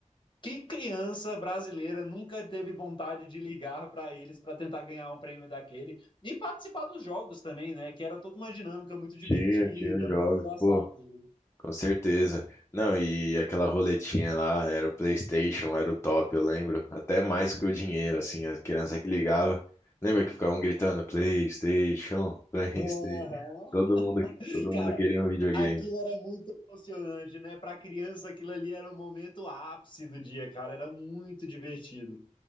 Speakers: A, on the left; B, on the left.
A: que criança brasileira nunca teve vontade de ligar para eles para tentar ganhar um prêmio daquele e participar dos jogos também, né? Que era toda uma dinâmica muito divertida,
B: Tinha, tinha jogos,
A: muito engraçada.
B: pô.
A: Né?
B: Com certeza. Não, e aquela roletinha lá, era o PlayStation, era o top, eu lembro. Até mais que o dinheiro, assim, a criança que ligava. Lembra que ficavam gritando PlayStation, <laughs> PlayStation.
A: Aham.
B: Todo mundo, todo
A: Cara,
B: mundo queria um videogame.
A: aquilo era muito emocionante, né? Para criança, aquilo ali era o momento ápice do dia, cara. Era muito divertido.